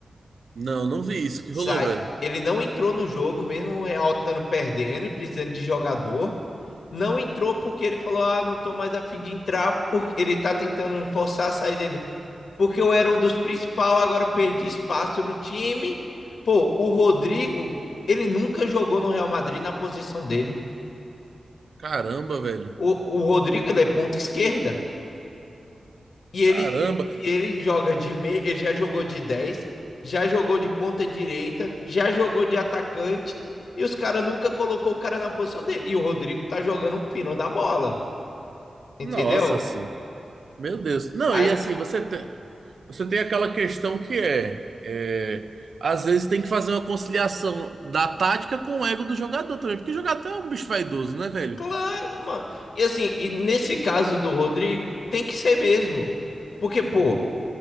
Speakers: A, on the right; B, on the left.
A: Não, não vi isso que
B: Sai,
A: rolou, velho.
B: ele não entrou no jogo mesmo o Real estando perdendo e precisando de jogador. não entrou porque ele falou: ah, não tô mais afim de entrar, porque ele tá tentando forçar a sair dele. Porque eu era um dos principais, agora perdi espaço no time. Pô, o Rodrigo, ele nunca jogou no Real Madrid na posição dele.
A: Caramba, velho.
B: O, o Rodrigo, ele é ponta esquerda. E ele,
A: Caramba.
B: ele joga de meio, ele já jogou de dez já jogou de ponta direita, já jogou de atacante. E os caras nunca colocou o cara na posição dele. E o Rodrigo tá jogando o fino da bola, entendeu?
A: Nossa, assim. Meu Deus. Não,
B: Aí,
A: e assim, você tem, você tem aquela questão que é, é, às vezes tem que fazer uma conciliação da tática com o ego do jogador também, porque jogador é um bicho vaidoso, né, velho?
B: Claro, mano. E assim, e nesse caso do Rodrigo, tem que ser mesmo. Porque, pô,